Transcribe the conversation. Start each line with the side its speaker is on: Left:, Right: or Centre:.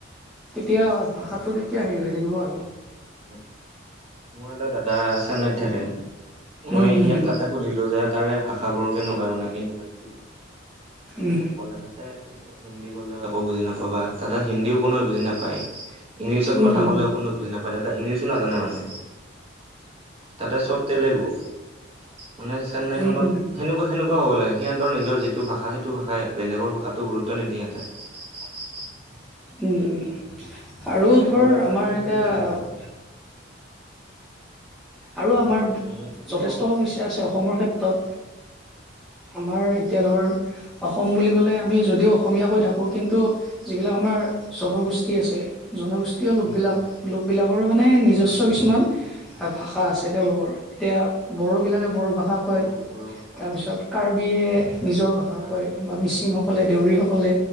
Centre: তেতিয়া ভাষাটো তেতিয়া হেৰি হৈ থাকিব আৰু।
Right: উম মোৰ এটা দাদা চেন্নাইত থাকে, মই
Centre: উম
Right: সিয়াক
Centre: উম
Right: তাতে সুধিলো যে তাৰে ভাষা বোৰ কেনেকুৱা মানে কিনু কয় কি ধৰণৰ, সি
Centre: উম
Right: মোক ক'লে তাতে তুমি হিন্দী কলেও একো বুজি নাপাবা, তাতে হিন্দীও কোনেও বুজি নাপায়। ইংলিছত
Centre: উম উম
Right: কথা
Centre: উম উম
Right: কলেও কোনে বুজি নাপায়, তাতে ইংলিছো নাজানে মানুহ। তাতে চব তেলেগু। মানে চেন্নাইখনত,
Centre: উম উম
Right: সেনেকুৱা-সেনেকুৱা কোৱা হ'ব লাগে। সিহঁতৰ নিৰ যটো ভাষা সেইটো ভাষাই, বেলেগৰ ভাষাতো গুৰুব নিদিয়ে সেহঁতে। <inaudible>
Centre: উম উম আৰু ধৰ
Right: গ'লে মানে
Centre: আমাৰ
Right: তুমি শিকিবই
Centre: এতিয়া
Right: লাগিব
Centre: আৰু আমাৰ
Right: উম কি
Centre: যথেষ্ট
Right: ক'ব
Centre: সমস্যা আছে অসমৰ ক্ষেত্ৰত। আমাৰ এতিয়া ধৰ অসম বুলি ক'লে আমি যদিও অসমীয়া কৈ থাকো। কিন্তু যিবিলাক আমাৰ জনগোষ্ঠী আছে জনগোষ্ঠীয় লোক
Right: উম
Centre: বিলাক
Right: উম
Centre: লোকবিলাকৰো মানে নিজস্ব কিছুমান ভাষা আছে তেওঁলোকৰ, এতিয়া
Right: অ',
Centre: বড়োবিলাকে বড়ো ভাষা কয়,
Right: বড়ো বড়ো ভাষা
Centre: তাৰপিছত
Right: হয়
Centre: কাৰ্বিয়ে নিজৰ ভাষা
Right: আৰু
Centre: কয় বা মিচিংসকলে, দেউৰীসকলে,